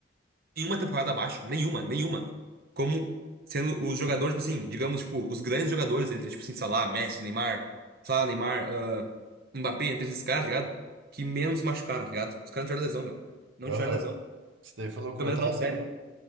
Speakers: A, on the right (about 55°); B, on the right (about 80°).
A: nenhuma temporada abaixo, nenhuma, nenhuma, como sendo os jogadores, tipo assim, digamos, tipo, os grandes jogadores entre, tipo assim, Salah, Messi, Neymar, Salah, Neymar, ah, Mbappé, entre esses caras, tá ligado? Que menos se machucaram, tá ligado? Os caras não tiveram lesão, meu. Não
B: Aham.
A: tiveram lesão.
B: Isso daí foi loucura,
A: Pelo menos
B: eu tava
A: não séria.
B: vendo.